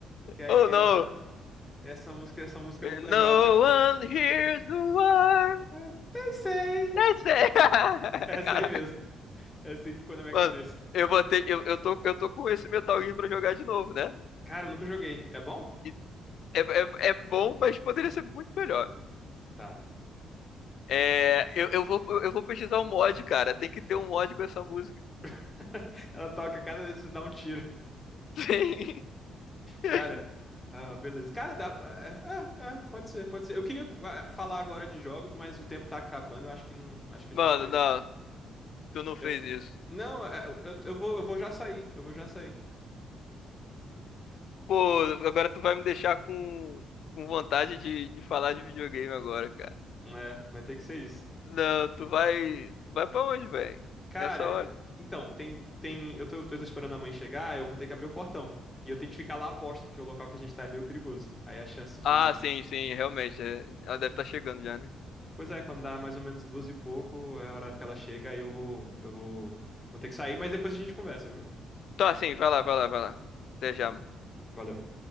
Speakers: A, on the left (about 15°); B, on the left (about 70°).
A: que é
B: Oh
A: aquela.
B: no!
A: Essa música, essa música é muito
B: No
A: legal, cara.
B: one hears the word.
A: É, Pensei!
B: That's it. <laughs> Caraca,
A: Essa aí mesmo. É Essa aí ficou na minha
B: mano,
A: cabeça.
B: eu vou ter. Eu, eu tô, eu tô com esse Metal Gear pra jogar de novo, né?
A: Cara, eu nunca joguei. É bom?
B: E é, é, é bom, mas poderia ser muito melhor.
A: Tá.
B: É, eu, eu vou, eu vou pesquisar um mod, cara. Tem que ter um mod com essa música.
A: <laughs> Ela toca cada vez que você dá um tiro.
B: Sim. <laughs>
A: Cara, ah, beleza. Cara, dá. É, é, é, pode ser, pode ser. Eu queria ah, falar agora de jogos, mas o tempo tá acabando. Eu acho que não. Acho que
B: Mano,
A: a gente vai.
B: não, tu não fez
A: eu-
B: isso.
A: Não, é, eu, eu vou, eu vou já sair. Eu vou já sair.
B: Pô, agora tu vai me deixar com, com vontade de, de falar de videogame agora, cara.
A: É, vai ter que ser isso.
B: Não, tu vai. Tu vai pra onde, velho?
A: Cara,
B: Nessa hora.
A: e- então, tem, tem, eu tô, eu tô esperando a mãe chegar, eu vou ter que abrir o portão. E eu tenho que ficar lá a posto, porque o local que a gente tá é meio perigoso. Aí a chance de.
B: Ah, sim, sim, realmente. é. Ela deve estar chegando já, né?
A: Pois é, quando dá mais ou menos duas e pouco, é o horário que ela chega, aí eu vou, eu vou, vou ter que sair, mas depois a gente conversa, viu?
B: Tá, sim, vai lá, vai lá, vai lá. Até já, mano.
A: Valeu.